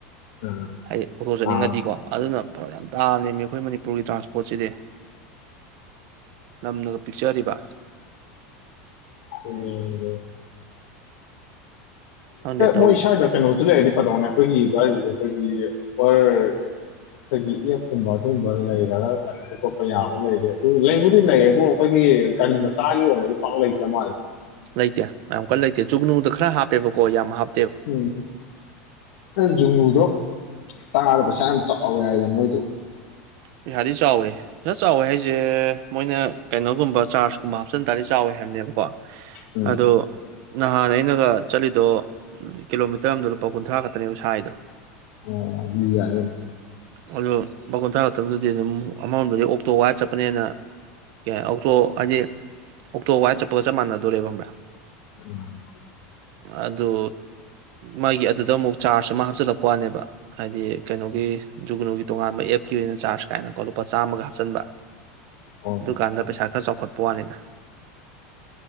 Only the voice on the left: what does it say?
ꯎꯝ
ꯑꯥ
ꯀꯅꯤꯗꯨ <inaudible>
ꯃꯣꯏ ꯁ꯭ꯋꯥꯏꯗ ꯀꯩꯅꯣꯁꯨ ꯂꯩꯔꯗꯤ ꯐꯗꯧꯅꯦ ꯑꯩꯈꯣꯏꯒꯤ ꯑꯗꯨꯋꯥꯏꯗꯁꯨ ꯑꯩꯈꯣꯏꯒꯤ ꯑꯣꯔ <inaudible> ꯑꯩꯈꯣꯏꯒꯤ ꯑꯦꯞꯀꯨꯝꯕ ꯑꯗꯨꯒꯨꯝꯕ ꯂꯩꯔꯒ ꯀꯟꯄ ꯈꯣꯠꯄ ꯌꯥꯕ ꯂꯩꯔꯦ ꯑꯗꯨ ꯂꯩꯕꯨꯗꯤ ꯂꯩꯌꯦꯕꯨ ꯑꯩꯈꯣꯏꯒꯤ ꯒꯥꯔꯤ ꯃꯆꯥꯒꯤ ꯑꯣꯏꯅꯗꯤ ꯄꯥꯛ ꯂꯩꯇꯕ ꯃꯥꯜꯂꯦ
ꯎꯝ ꯖꯨꯒꯅꯨꯗꯣ ꯇꯥꯕꯗ ꯄꯩꯁꯥ ꯌꯥꯝ ꯑꯥꯎ ꯌꯥꯏꯗ ꯃꯣꯏꯗꯣ
ꯎꯝ
ꯑꯣ ꯑꯗꯨ ꯌꯥꯢ ꯀꯩꯅꯣ
ꯎꯝ <inaudible>
ꯑꯣ